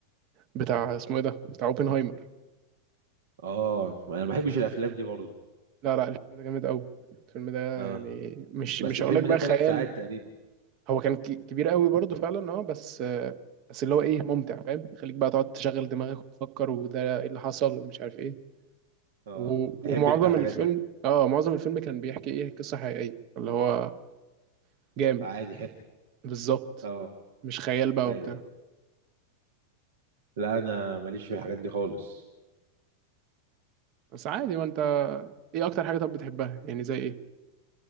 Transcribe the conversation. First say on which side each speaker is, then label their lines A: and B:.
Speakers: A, on the right (about 40°); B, on the right (about 60°).
A: بتاع اسمه إيه ده بتاع أوبنهايمر
B: اه انا ما بحبش الافلام دي برضه
A: لا لا الفيلم ده جامد قوي الفيلم ده
B: اه
A: يعني مش
B: بس
A: مش
B: الفيلم
A: هقول لك بقى
B: ده ثلاث
A: خيال
B: ساعات تقريبا
A: هو كان كي- كبير قوي برضه فعلا أه بس آه، بس اللي هو إيه ممتع فاهم خليك بقى تقعد تشغل دماغك وتفكر وده إيه اللي حصل ومش عارف إيه
B: اه
A: و- ومعظم
B: تحب انت الحاجات
A: الفيلم
B: دي
A: أه معظم الفيلم كان بيحكي إيه قصة حقيقية اللي هو جامد
B: فعادي حلو
A: بالظبط
B: اه
A: مش خيال بقى
B: ايوه
A: وبتاع
B: لا انا ماليش في الحاجات دي خالص
A: بس عادي ما انت ايه اكتر حاجه طب بتحبها يعني زي ايه